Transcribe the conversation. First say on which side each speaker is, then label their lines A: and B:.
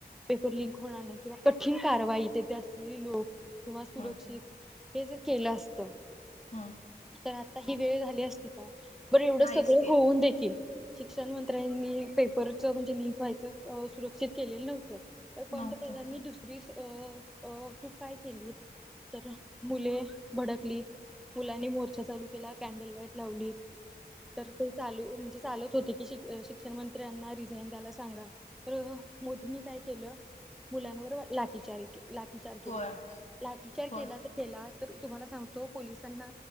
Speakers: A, in the centre; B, on the left (about 45°).
A: पेपर लिंक होणार नाही किंवा कठठीण कारवाई, तेथे असलेली लोक किंवा सुरक्षित,
B: हम्म
A: हे जर केलं असत
B: हा
A: तर आत्ता ही वेळ झाली असती का? बर एवढं
B: नाहीच
A: सगळं
B: की
A: होऊन देखील शिक्षण मं त्र्यांनी पेपरचं म्हणजे लिंक व्हायचं सुरक्षित केलेलं नव्हतं, तर पंतप्रधाननी
B: नव्हतं
A: दुसरं का मिस अ अ तू काय केली, तर मुले भडकली. मुलांनी मोर्चा चालू केला, कॅन्डल लाईट लावली. तर तो चालू म्हणजे चालत होतो की, शिक शिक्षण मंत्र्यांना रिझाईन द्यायला सांगा. तरह मोदींनी काय केलं, मुलांवर लाठीचारी लाठीचार केला.
B: होय
A: लाठीचार
B: होय
A: केला. ते - केला तर तुम्हाला सांगतो. पोलिसांना